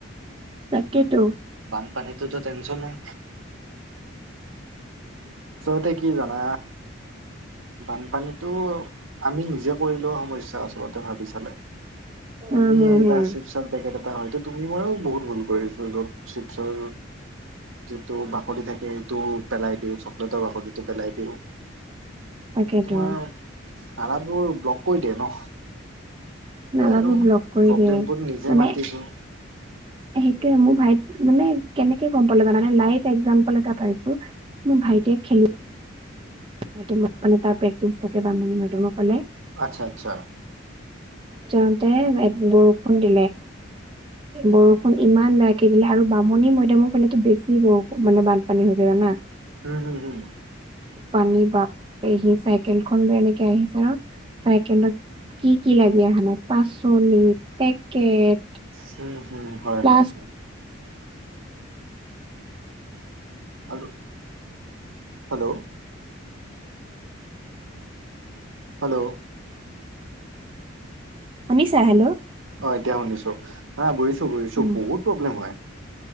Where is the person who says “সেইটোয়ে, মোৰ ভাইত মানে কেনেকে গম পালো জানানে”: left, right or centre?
Right